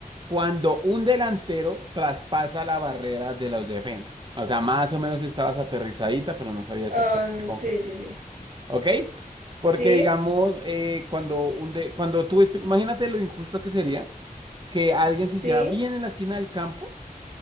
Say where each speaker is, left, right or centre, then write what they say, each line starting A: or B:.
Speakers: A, on the right; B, on the right.
A: cuando un delantero traspasa la barrera de las defensas. O sea, más o menos estabas aterrizadita, pero no sabía
B: Ah,
A: exactamente con
B: sí,
A: qué.
B: sí, sí.
A: ¿Ok? Porque
B: Sí,
A: digamos, eh, cuando, un de, cuando tú, est- imagínate lo injusto que sería que alguien se hiciera
B: sí,
A: bien en la esquina del campo